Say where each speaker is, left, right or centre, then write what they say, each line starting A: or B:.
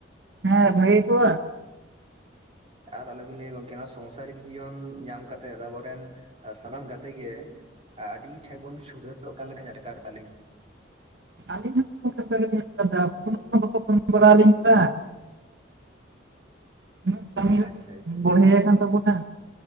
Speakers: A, on the right (about 60°); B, on the right (about 30°).
A: ᱦᱮᱸ ᱵᱷᱟᱹᱜᱤ ᱠᱚᱜ-ᱟ
B: ᱟᱨ ᱟᱞᱮᱵᱤᱱ ᱞᱟᱹᱭᱟ ᱜᱚᱝᱠᱮ ᱚᱱᱟ ᱥᱚᱝᱥᱟᱨᱤ ᱡᱤᱭᱚᱱ ᱧᱟᱢ ᱠᱟᱛᱮᱫ ᱟᱵᱚᱨᱮᱱ ᱥᱟᱱᱟᱢ ᱜᱟᱛᱮ ᱜᱮ ᱟᱹᱰᱤ ᱴᱷᱮᱡ ᱵᱚᱱ ᱥᱩᱰᱟᱹᱨᱚᱜ ᱠᱟᱱ ᱞᱮᱠᱟᱧ ᱟᱴᱠᱟᱨ ᱫᱟᱞᱤᱧ
A: ᱟᱞᱤᱧ ᱦᱚᱸ <unintelligible> ᱵᱟᱠᱚ ᱯᱷᱳᱱ ᱵᱟᱲᱟ ᱟᱹᱞᱤᱧ ᱠᱟᱱᱟ ᱾ <unintelligible> ᱠᱟᱹᱢᱤ ᱨᱮ
B: ᱟᱪᱪᱷᱟ ᱟᱪᱪᱷᱟ
A: ᱵᱚᱲᱦᱮ ᱟᱠᱟᱱ ᱛᱟᱵᱚᱱᱟ